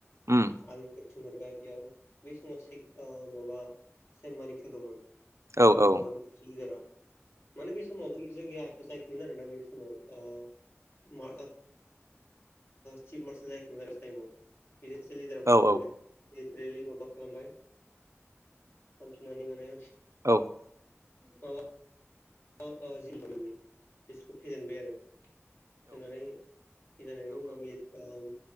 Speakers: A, on the right; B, on the left.
A: उम
B: आं थिनहरबाय बेयाव बै समाव माबा सेममानिक स दंमोन।
A: औ औ
B: माबा मिथि ज माने बै सम माबास ग जायाखैमोन आरो ना बे समाव मा चिफ मार्सेल जायाखैमोन आरो बे टाइमाव बिदि सासे लिडाराबासो
A: औ
B: माने लथ्रेलि माबा खालामबाय खालामसुनानै माने
A: औ
B: माबा अ अ जिल दनि बिसोरखौ फेजेनबाय आरो होननानै फजनायनि उनाव मिल